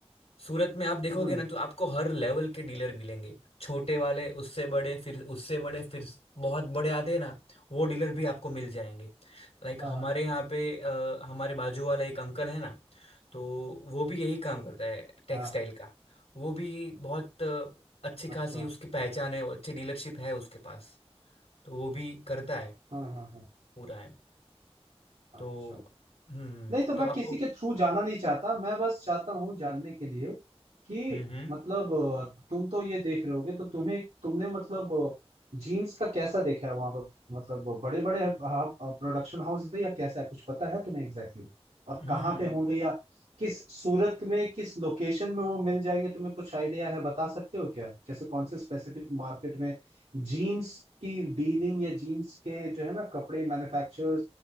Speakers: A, on the left (about 70°); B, on the right (about 75°).
A: सूरत में आप देखोगे
B: हम्म
A: ना तो आपको हर लेवल के डीलर मिलेंगे छोटे वाले उससे बड़े फिर उससे बड़े फिर बहुत बड़े आते हैं ना वो डीलर भी आपको मिल जाएंगे लाइक हमारे
B: हाँ
A: यहाँ पे अ, हमारे बाजू वाला एक अंकल है ना तो वो भी यही काम करता है टेक्सटाइल
B: हाँ
A: का वो भी बहुत अ, अच्छी खासी
B: अच्छा
A: उसकी पहचान है अच्छी डीलरशिप है उसके पास तो वो भी करता है
B: हाँ हाँ हाँ
A: पूरा है
B: अच्छा
A: तो हम्म
B: नहीं तो मैं
A: तो आपको
B: किसी के थ्रू जाना नहीं चाहता मैं बस चाहता हूँ जानने के लिए कि
A: हम्म हम्म
B: मतलब अ, तुम तो ये देख रहे होगे तो तुम्हें तुमने मतलब जीन्स का कैसा देखा है वहां पर मतलब बड़े बड़े प्रोडक्शन हाउस है या कैसा है कुछ पता है तुम्हें एग्जैक्टली exactly? और
A: हम्म,
B: कहाँ पे होंगे या किस सूरत में किस लोकेशन में वो मिल जाएंगे तुम्हें कुछ आइडिया है बता सकते हो क्या जैसे कौन से स्पेसिफिक मार्केट में जीन्स की डीलिंग या जीन्स के जो है ना कपड़े मैन्युफैक्चर